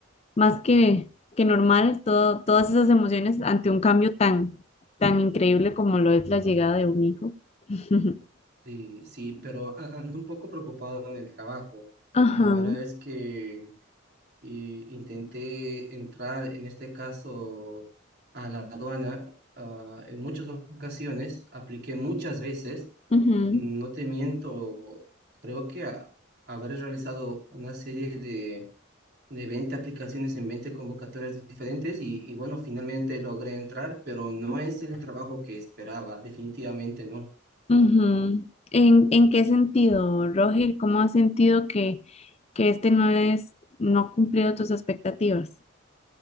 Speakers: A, on the left (about 30°); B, on the right (about 50°).
A: más que, que normal, todo, todas esas emociones ante un cambio tan, tan increíble como lo es la llegada de un hijo. <laughs>
B: Sí, sí, pero a- ando un poco preocupado en el trabajo.
A: Ajá,
B: La verdad es que y intenté entrar, en este caso, a la aduana, ah, en muchas ocasiones, apliqué muchas veces,
A: ujú,
B: no te miento, creo que a- habré realizado una serie de, de 20 aplicaciones en 20 convocatorias diferentes y, y bueno, finalmente logré entrar, pero no es el trabajo que esperaba, definitivamente no.
A: ujú. ¿En, en qué sentido, Roger? ¿Cómo has sentido que, que este no es, no ha cumplido tus expectativas?